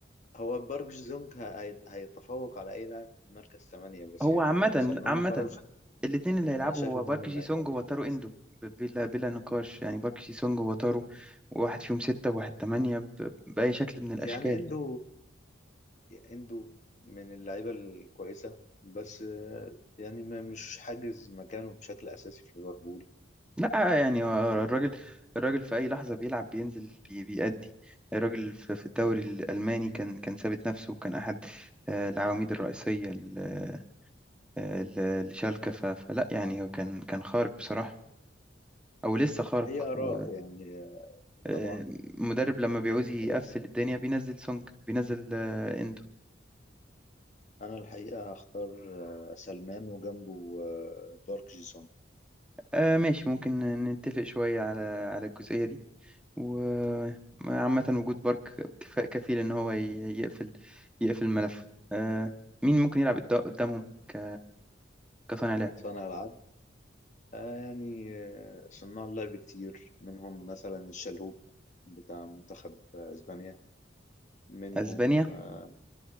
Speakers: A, on the left; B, in the centre.
A: هو بارك جي سونج هي- هيتفوق على اي لاعب في مركز ثمانية بس
B: هو
A: يعني
B: عامة
A: سلمان
B: عامة
A: فرج
B: الاتنين اللي هيلعبوا
A: انا شايف ان
B: هو بارك
A: هو من اللعيبه
B: جي سونج
A: ال-
B: وتارو إندو ب- بلا بلا نقاش يعني بارك جي سونج وتارو واحد فيهم ستة وواحد تمانية ب... بأي شكل من الأشكال
A: يعني عنده عنده من اللعيبه الكويسه بس آه، يعني ما- مش حاجز مكانه بشكل اساسي في ليفربول
B: لا يعني هو
A: آه،
B: الراجل الراجل في اي لحظه بيلعب بينزل بي بيأدي الراجل في, في الدوري الالماني كان كان ثابت نفسه وكان احد آه، العواميد الرئيسيه ل- آه، ل- لشالكه ف- فلا يعني هو كان كان خارق بصراحه او لسه خارق
A: هي اراء
B: آه،
A: يعني آه،
B: آه،
A: طبعا
B: مدرب لما بيعوز يقفل
A: بس
B: الدنيا بينزل سونج بينزل آه، اندو
A: انا الحقيقه هختار آه، سلمان وجنبه آه، بارك جي سونج
B: آه ماشي ممكن نتفق شويه على على الجزئيه دي وعامة وجود بارك كفاء كفيل إن هو ي- يقفل يقفل الملف آه، مين ممكن يلعب قد- قدامهم ك... كصانع لعب
A: صانع العاب آه يعني آه، صناع لعب كتير منهم مثلا الشلهوب بتاع منتخب آه، اسبانيا منهم
B: أسبانيا
A: آه،